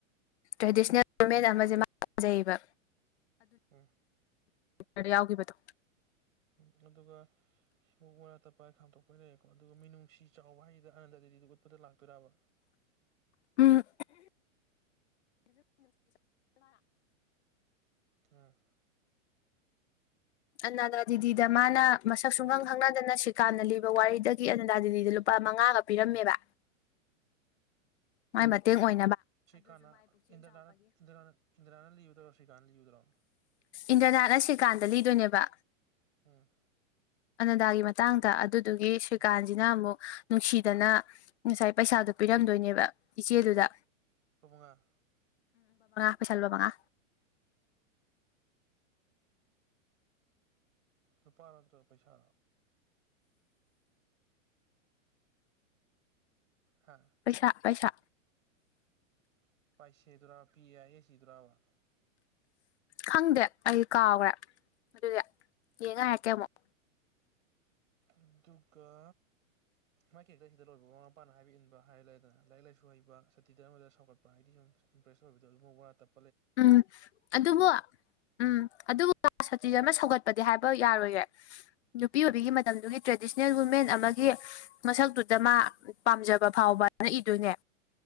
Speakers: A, on the left; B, on the right.
A: ꯇ꯭ꯔꯦꯗꯤꯁꯅꯦꯜ ꯗꯣꯔꯃꯦꯟ ꯑꯃꯁꯦ ꯃꯥ ꯄꯥꯝꯖꯩꯌꯦꯕ
B: ꯑꯝ
A: ꯗ ꯌꯥꯎꯈꯤꯕꯗꯣ
B: ꯎꯝ ꯑꯗꯨꯒ ꯁꯤ ꯃꯕꯨ ꯃꯔꯥ ꯇꯞꯄ ꯈꯥꯝꯇꯣꯛꯄꯩ ꯂꯩꯔꯦꯀꯣ ꯑꯗꯨꯒ ꯃꯤꯅꯨꯡꯁꯤ ꯆꯥꯎꯕ ꯍꯥꯏꯁꯤꯗ ꯑꯅꯗꯗꯦꯗꯤ ꯎꯠꯄꯗ ꯂꯥꯛꯇꯣꯏꯕ
A: ꯎꯝ
B: ꯎꯝ
A: ꯑꯅꯥꯗꯥ ꯗꯗꯤꯗ ꯃꯥꯅ ꯃꯁꯛ ꯁꯨꯡꯈꯪ ꯈꯪꯅꯗꯅ ꯁꯤꯀꯥꯟꯝꯅ ꯂꯤꯕ ꯋꯥꯔꯤꯗꯒꯤ ꯑꯅꯗꯥꯗꯤꯗ ꯂꯨꯄꯥ ꯃꯉꯥꯒ ꯄꯤꯔꯝꯃꯦꯕ ꯃꯣꯏ ꯃ ꯃꯇꯦ ꯍꯣꯏ
B: ꯭ꯀꯥꯟ ꯏꯟ꯭ꯔꯅ ꯏꯟ꯭ꯔꯅ ꯏ꯭ꯔꯅꯟ ꯌꯣꯗ ꯔꯣ꯭ꯔꯤꯀꯥꯟ ꯌꯣꯗ ꯔꯣ
A: ꯏꯟꯗ꯭ꯔꯅꯥꯠꯅ ꯁꯀꯥꯟꯗ ꯂꯤꯗꯣꯏꯅꯦꯕ
B: ꯎꯝ
A: ꯑꯅꯗꯥꯒꯤ ꯃꯇꯥꯡꯗ ꯑꯗꯨꯗꯨꯒꯤ ꯁ꯭ꯔꯤꯀꯥꯟꯁꯤꯅ
B: ꯎꯝ
A: ꯑꯃꯨꯛ ꯅꯨꯡꯁꯤꯗꯅ ꯉꯁꯥꯏ ꯄꯩꯁꯥꯗꯨꯣ ꯄꯤꯔꯝꯗꯣꯏꯅꯦꯕ ꯏꯆꯦꯗꯨꯗ
B: ꯨꯕꯉꯥ
A: ꯄꯩꯁꯥꯜ ꯄꯉ
B: ꯂꯨꯄꯥ ꯅꯠꯇ꯭ꯔꯒ ꯄꯩꯁꯥ ꯍꯥ
A: ꯄꯩꯁꯥ ꯄꯩꯁꯥ
B: ꯄꯥꯏꯁꯦꯗꯔꯥ ꯄꯤ ꯌꯥ ꯑꯦꯁꯤ ꯇꯔꯥꯕ
A: ꯈꯪꯗꯦ ꯑꯩ ꯀꯥꯎꯈ꯭ꯔꯦ ꯑꯗꯨꯗꯤ ꯌꯦꯡꯉꯔꯛꯀꯦ ꯑꯃꯨꯛ
B: ꯑꯗꯨꯒ ꯃꯥꯏꯀꯦꯛꯇꯁꯤꯗ ꯂꯣꯏꯔꯤꯕ ꯃꯃꯥ ꯃꯄꯥꯅ ꯍꯥꯏꯕ ꯏꯟꯕ ꯍꯥꯏꯔ ꯂꯩꯔꯗꯅ ꯂꯥꯏꯔꯤꯛ ꯂꯥꯏꯁꯨ ꯍꯩꯕ ꯁꯇꯤ ꯙꯔꯃꯗ ꯁꯧꯒꯠꯄ ꯍꯥꯏꯗꯤ ꯁꯨꯝ ꯏꯝꯄ꯭ꯔꯦꯁ ꯑꯣꯏꯕꯗꯣ ꯑꯗꯨꯝ ꯋꯥ ꯇꯞ
A: ꯎꯝ ꯑꯗꯨꯕꯨ ꯎꯝ ꯑꯗꯨꯕꯨ ꯁꯇꯤꯤꯁ ꯑꯃ ꯁꯧꯒꯠꯄꯗꯤ ꯍꯥꯏꯕ ꯌꯥꯔꯣꯏꯔ ꯅꯨꯄꯤ ꯑꯣꯏꯕꯤꯒꯤ ꯃꯇꯝꯗꯨꯒꯤ ꯇ꯭ꯔꯦꯗꯤꯁꯅꯦꯜ ꯋꯨꯃꯦꯟ ꯑꯃ ꯃꯁꯛꯇꯨꯗ ꯃꯥ ꯄꯥꯝꯖꯕ ꯐꯥꯎꯕꯅ ꯏꯗꯣꯏꯅꯦ